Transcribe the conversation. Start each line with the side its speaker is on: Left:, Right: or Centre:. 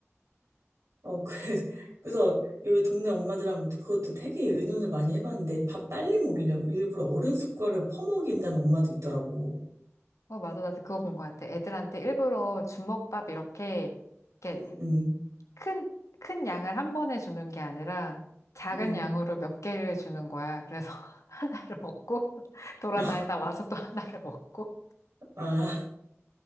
Right: 어, 그, <laughs> 그래서 여기 동네 엄마들하고 그것도 되게 의논을 많이 해봤는데 밥 빨리 먹이려고 일부러 어른 숟가락을 퍼먹인다는 엄마도 있더라고.
Left: 어, 맞아. 나도 그거 본 것 같아. 애들한테 일부러 주먹밥 이렇게, 이렇게
Right: 음, 음,
Left: 큰, 큰 양을 한 번에 주는 게 아니라 작은
Right: 음.
Left: 양으로 몇 개를 주는 거야. 그래서 <laughs> 하나를 먹고 돌아다니다
Right: <laughs>
Left: 와서 또 하나를 먹고.
Right: 아,